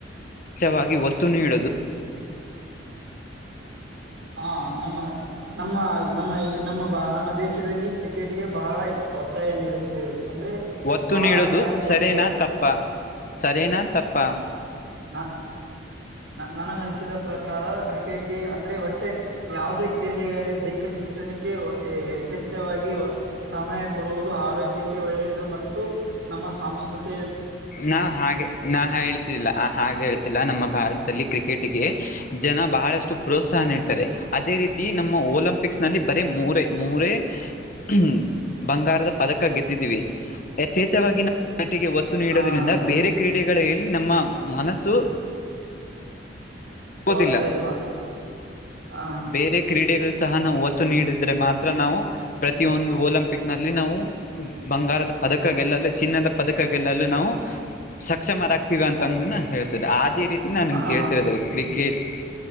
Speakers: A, on the left; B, on the right.
A: ಸ್ವಛವಾಗಿ ಒತ್ತು ನೀಡುದು
B: ಹಾ ನಮ್ಮ ನಮ್ಮ ನಮ್ಮ ನಮ್ಮ ಬಾ ನಮ್ಮ ದೇಶದಲ್ಲಿ ಕ್ರಿಕೆಟ್ಗೆ ಬಹಳ ಒತ್ತಾಯ ನೀಡುತ್ತೇವೆ ಅಂದ್ರೆ
A: ಒತ್ತು
B: ಬಹಳ
A: ನೀಡೋದು
B: ಟೈಮ್ ಕೊಡುತ್ತೇವೆ
A: ಸರೆನಾ ತಪ್ಪ ಸರೆನಾ ತಪ್ಪ
B: ನ ನನಗನಿಸಿದ ಪ್ರಕಾರ ಕ್ರಿಕೆಟ್ ಅಂದ್ರೆ ಒಟ್ಟೆ ಯಾವುದೇ ಕ್ರೀಡೆಗಾಗಿ ದೈಹಿಕ ಶಿಕ್ಷಣಕ್ಕೆ ಯಥೇಚ್ವಾಗಿ ಸಮಯ ಕೊಡುವುದು ಆರೋಗ್ಯಕ್ಕೆ ಒಳ್ಳೆಯದು ಮತ್ತು ನಮ್ಮ ಸಂಂಸ್ಕೃತ
A: ನಾ ಹಾಗೆ ನಾ ಹೇಳ್ತಿದ್ದಿಲ್ಲ ಹಾಗೆ ಹೇಳ್ತಿಲ್ಲ ನಮ್ಮ ಭಾರತದಲ್ಲಿ ಕ್ರಿಕೆಟ್ಗೆ ಜನ ಬಹಳಷ್ಟು ಪ್ರೋತ್ಸಾಹನ ಇಡ್ತಾರೆ ಅದೇ ರೀತಿ ನಮ್ಮ ಒಲಂಪಿಕ್ಸ್ ನಲ್ಲಿ ಬರೀ ಮೂರ ಮೂರ ಹ್ಮ ಬಂಗಾರದ ಪದಕ ಗೆದ್ದಿದ್ದೀವಿ ಯಥೇಚ್ವಾಗಿ ನಾ ನಟಿಗೆ ಒತ್ತು ನೀಡೋದ್ರಿಂದ
B: ಹ
A: ಬೇರೆ ಕ್ರೀಡೆ ಕ್ರೀಡೆಗಳಲ್ಲಿ ನಮ್ಮ ಮನಸ್ಸು ಗೋದಿಲ್ಲ
B: ವಳ್ತಾ ಎಲ್ಲ ಹ
A: ಬೇರೆ ಕ್ರೀಡೆಗಳು ಸಹ ನಾವು ಒತ್ತು ನೀಡಿದ್ರೆ ಮಾತ್ರ ನಾವು ಪ್ರತಿಯೊಂದು ಒಲಿಂಪಿಕ್ ನಲ್ಲಿ ನಾವು ಬಂಗಾರದ ಪದಕ ಗೆಲ್ಲಲು ಚಿನ್ನದ ಪದಕ ಗೆಲ್ಲಲು ನಾವು ಸಕ್ಷಮರ ಆಗ್ತೀವ ಅಂತಂದ ಹೇಳ್ತಾರೆ ಅದೇ ರೀತಿ ನಾ ನಿಮ್
B: ಹ
A: ಕೇಳ್ತಿರೋದ ಕ್ರಿಕೆಟ್